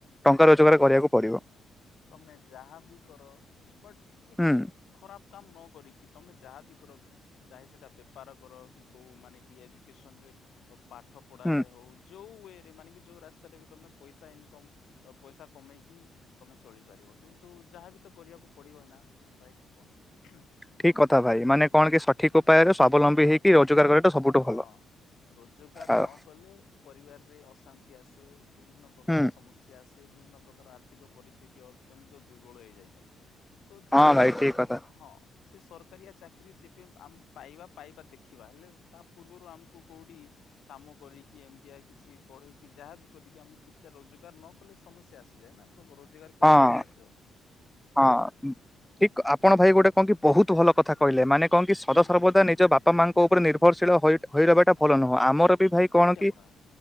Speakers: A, in the centre; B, on the left.
A: ଟଙ୍କା ରୋଜଗାର କରିଆକୁ ପଡିବ।
B: ତମେ ଯାହା ବି କର ବଟ୍ କିଛି।
A: ହୁଁ
B: ଖରାପ୍ କାମ୍ ନ କରିକି ତମେ ଯାହାବି କର। ଚାହେସେଟା ବେପାର କର କି କୋଉ ମାନେ କି ଏଜୁକେସନରେ। ପାଠ ପଢାରେ
A: ହୁଁ
B: ହଉ। ଯୋଉ ୱରେ ମାନେ କି ଯୋଉ ରାସ୍ତାରେ ବି ତମେ ପଇସା ଇନକମ୍। ପଇସା କମେଇକି। ତମେ ଚଳିପାରିବ। କିନ୍ତୁ ଯାହାବି ତ କରିବାକୁ ପଡିବ ନା ଭାଇ କୁହ ହୁଁ।
A: ଠିକ୍ କଥା ଭାଇ। ମାନେ କଣ କି ସଠିକ୍ ଉପାୟରେ ସ୍ୱାବଲମ୍ବି ହେଇ। ଏଇ ରୋଜଗାର କରିବା ଟା ସବୁଠୁ
B: ହଁ
A: ଭଲ
B: ରୋଜଗାର
A: ଆଉ।
B: ନ କଲେ ପରିବାରରେ ଅଶାନ୍ତି ଆସେ, ବିଭିନ୍ନ ପ୍ରକାର
A: ହୁଁ
B: ସମସ୍ୟା। ଆସେ। ବିଭିନ୍ନ ପ୍ରକାର ଆର୍ଥିକ ପରିସ୍ଥିତି ଅତ୍ୟନ୍ତ ଦୁର୍ବଳ ହେଇଯାଇଥାଏ। ତୁ ଯାହା
A: ହଁ ଭାଇ
B: ବି
A: ଠିକ କଥା
B: ହଁ। ସେ ସରକାରିଆ ଚାକିରି ଯେବେ ଆମେ ପାଇବା ପାଇବା ଦେଖିବା ହେଲେ। ତା ପୂର୍ବରୁ ଆମକୁ କୋଉଠି। କାମ କରିକି ଏମିତିଆ କିଛି ପଢେଇକି ଯାହାବି କରିକି ଆମକୁ କିଛିଟା ରୋଜଗାର ନ କଲେ ସମସ୍ୟା ଆସିଯାଏ ନା। ତୁ ରୋଜଗାର କରିଆକୁ
A: ହଁ।
B: ବାଧ୍ୟ୍ୟ।
A: ହଁ, ଠିକ୍ ଆପଣ ଭାଇ ଗୋଟେ କଣ କି ବହୁତ୍ ଭଲ କଥା କହିଲେ ମାନେ। କଣ କି ସଦା
B: ହୁଁ
A: ସର୍ବଦା
B: ହୁଁ
A: ନିଜ ବାପା ମା ଙ୍କ ଉପରେ ନିର୍ଭରଶୀଳ ହୋଇ ହୋଇ ରହିବାଟା ଭଲ ନୁହଁ ଆମର। ଭାଇ
B: ସେଇଟା
A: କଣ କି
B: ପରା